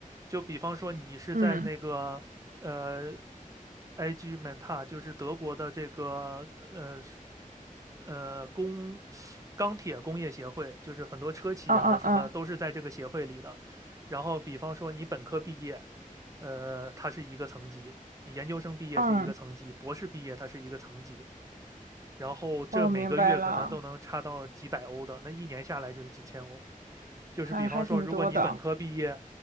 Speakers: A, on the right; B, on the right.
A: 就比方说你是在那个呃
B: 嗯
A: ，IG Menta，就是德国的这个呃呃工钢铁工业协会，就是很多车企啊什么都是在这个协会里的。
B: 嗯嗯嗯
A: 然后比方说你本科毕业，呃，它是一个层级；你研究生毕业是一个层级，
B: 嗯，
A: 博士毕业它是一个层级。然后这每个月可能都能差到几百欧的，
B: 哦，明白了，
A: 那一年下来就是几千欧。就是比方说，
B: 还还挺多的，
A: 如果你本科毕业，